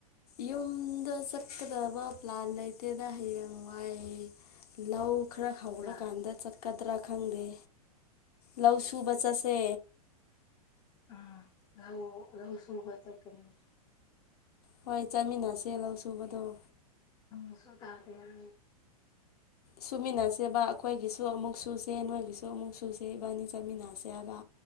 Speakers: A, on the left (about 75°); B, on the left (about 20°).
A: ꯌꯨꯝꯗ ꯆꯠꯀꯗꯕ ꯄ꯭ꯂꯥꯟ ꯂꯩꯇꯦꯗ ꯍꯌꯦꯡ ꯋꯥꯏ ꯂꯧ ꯈꯔ
B: ꯌꯨꯝꯗ
A: ꯍꯥꯎꯔ ꯀꯥꯟꯗ ꯆꯠꯀꯗ꯭ꯔꯒ ꯈꯪꯗꯦ ꯂꯧ ꯁꯨꯕ ꯆꯠꯁꯦ
B: ꯑꯝ ꯔꯎ ꯔꯎ ꯁꯨꯕ ꯀꯅꯤ
A: ꯍꯣꯏ ꯆꯠꯃꯤꯟꯅꯁꯦ ꯂꯧꯁꯨꯕꯗꯨꯣ
B: ꯎꯝ ꯁꯨ ꯇꯥꯇ ꯌꯥꯔꯦ
A: ꯁꯨꯃꯤꯟꯅꯁꯦꯕ ꯑꯩꯈꯣꯏꯒꯤꯁꯨ ꯑꯃꯨꯛ ꯁꯦ ꯅꯣꯏꯒꯤꯁꯨ ꯑꯃꯨꯛ ꯁꯨꯁꯦ ꯏꯕꯥꯅꯤ ꯆꯠꯃꯤꯟꯅꯁꯦ ꯍꯥꯏꯕ